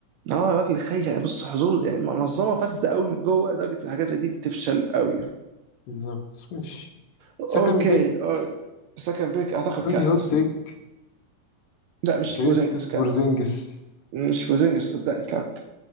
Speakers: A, on the right; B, on the left.
A: اه الوقت اللي خايف يعني بص حظوظ يعني منظمه فاسده قوي من جوه لدرجه ان الحاجات زي دي بتفشل قوي
B: بالظبط ماشي
A: اوكي
B: سكند بيك
A: اه سكند بيك اعتقد
B: عندي
A: كات
B: هوت تيك
A: لا مش
B: كريستس
A: بوزنجس كات
B: بورزينجس
A: مش بوزنجس صدقني كات